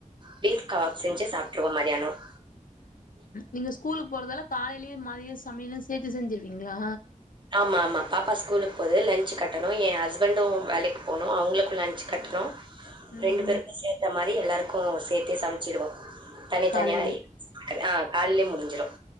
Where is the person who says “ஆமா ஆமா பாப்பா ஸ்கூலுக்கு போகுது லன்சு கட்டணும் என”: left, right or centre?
Right